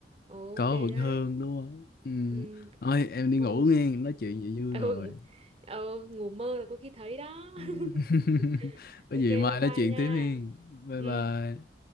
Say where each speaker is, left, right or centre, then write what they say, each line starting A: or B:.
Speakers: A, on the right; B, on the left.
A: ok
B: có
A: đấy
B: vẫn hơn đúng không ừ.
A: ừ.
B: thôi em đi
A: Ờ.
B: ngủ nghe nói chuyện vậy vui
A: Ừ.
B: rồi
A: ừ ngủ mơ là có khi thấy đó
B: <laughs>
A: <laughs>
B: có
A: ok
B: gì mai
A: bye bye
B: nói chuyện
A: nha
B: tiếp hen bye
A: ừ
B: bye